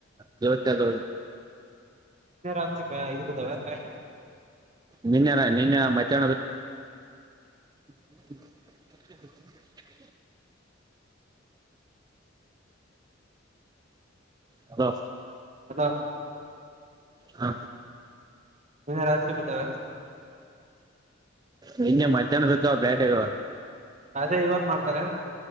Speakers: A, on the right; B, on the right.
A: ಜ್ಯೋತಿದ
B: ರಾತ್ರಿ ಬ ಇದು ಬಿದ್ದಾವೇನ್ ಬ್ಯಾಟಿ
A: ನೆನ್ನೆ ನೆನ್ನೆ ಮಧ್ಯ <unintelligible> ಹಲೋ
B: ಹಲೋ
A: ಹಾ
B: ನಿನ್ನೆ ರಾತ್ರಿ ಬಾತವೇ
A: ನೆನ್ನೆ ಮಧ್ಯಾಹ್ನ ಬಿತಾ ಬೇಟೆಗಳು
B: ಅದೇ ಇವಾಗ ಮಾಡ್ತಾರೆ ಅಲ್ಲ